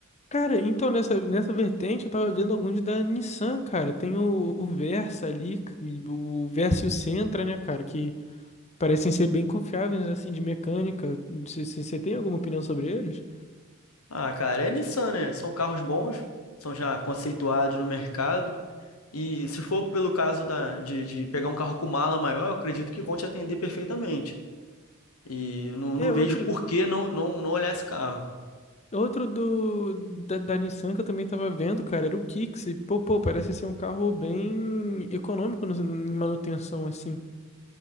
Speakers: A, on the left; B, on the left.
A: Cara, então nessa, nessa vertente eu tava vendo alguns da Nissan, cara. Tem o, o Versa ali, e o Versa e o Sentra, né, cara, que parecem ser bem confiáveis, assim, de mecânica. Você tem alguma opinião sobre eles?
B: Ah, cara, é Nissan, né? São carros bons, são já conceituados no mercado. E se for pelo caso da, de, de pegar um carro com mala maior, eu acredito que vão te atender perfeitamente. E eu não,
A: É
B: não
A: outro.
B: vejo por que não, não, não olhar esse carro.
A: Outro do, da, da Nissan que eu também tava vendo, cara, era o Kicks. E, pô, pô, parece ser um carro bem econômico no- em manutenção, assim.